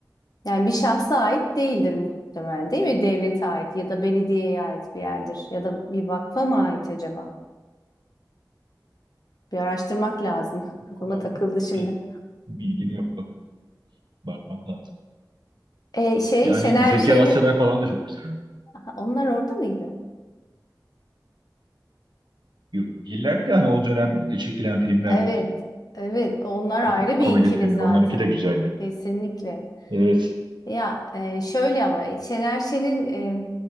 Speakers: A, on the left (about 55°); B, on the right (about 80°).
A: Yani bir şahsa ait değildir muhtemelen değil mi? Devlete ait ya da belediyeye ait bir yerdir ya da bir vakfa mı ait acaba? Bir araştırmak lazım. <laughs> Kafama
B: Valla
A: takıldı şimdi.
B: pek bilgim yok. Bak, bakmak lazım.
A: E, şey
B: Yani
A: Şener
B: Zeki
A: Şen'in
B: Alasyalar falan da çok güzel.
A: Aha, onlar orada mıydı?
B: Yok değiller de hani o dönem çekilen filmlerde
A: Evet. Evet, onlar
B: komik
A: ayrı bir
B: komedi
A: ikili
B: filmler
A: zaten.
B: onlarınki de güzeldi.
A: Kesinlikle.
B: Evet.
A: Ya e, şöyle ama Şener Şen'in e,